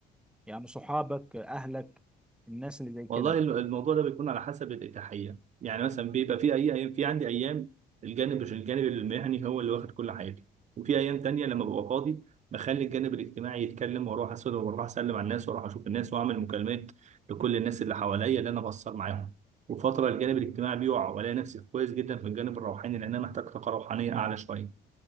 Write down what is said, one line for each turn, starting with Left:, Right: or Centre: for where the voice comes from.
Centre: يعني صحابك اهلك الناس اللي زي
Right: والله
Centre: كده
Right: الم- الموضوع ده بيكون على حسب الإتاحية يعني مثلا بيبقى في أي أيام في عندي أيام الجانب الجانب المهني هو اللي واخد كل حاجة وفي أيام تانية لما ببقى فاضي بخلي الجانب الاجتماعي يتكلم وأروح أسأل وأروح أسلم على الناس وأروح أشوف الناس وأعمل مكالمات لكل الناس اللي حواليا اللي أنا بأثر معاهم وفترة الجانب الاجتماعي بيقع وألاقي نفسي كويس جدا في الجانب الروحاني لأن أنا محتاج طاقة روحانية أعلى شوية